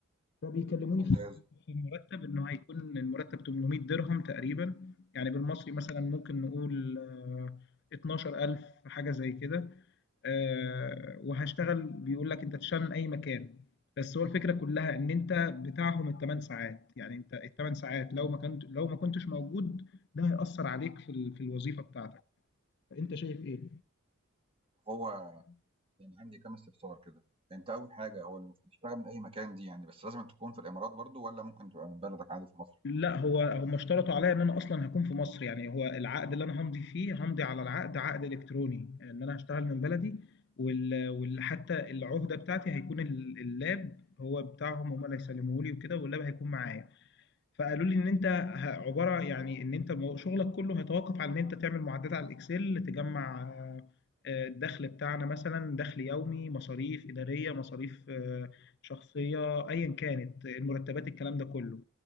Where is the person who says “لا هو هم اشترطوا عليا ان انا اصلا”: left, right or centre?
Left